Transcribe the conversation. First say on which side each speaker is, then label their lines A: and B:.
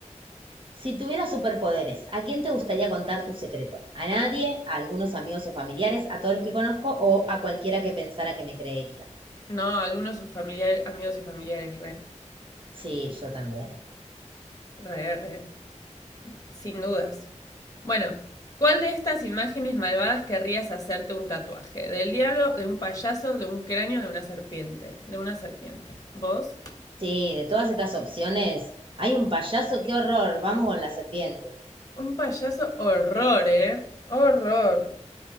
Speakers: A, on the right; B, on the left.
A: Si tuvieras superpoderes, ¿a quién te gustaría contar tu secreto? ¿A nadie? ¿A algunos amigos o familiares? ¿A todos los que conozco? ¿O a cualquiera que pensara que me creería?
B: no, algunos familiares, amigos y familiares, re,
A: Sí, yo también.
B: re, re, sin dudas. Bueno, ¿cuál de estas imágenes malvadas querrías hacerte un tatuaje? ¿Del diablo, de un payaso, de un cráneo, de una serpiente? De una serpiente. ¿Vos?
A: Sí, de todas estas opciones, hay un payaso, qué horror. Vamos con la serpiente.
B: Un payaso, horror, ¿eh? Horror.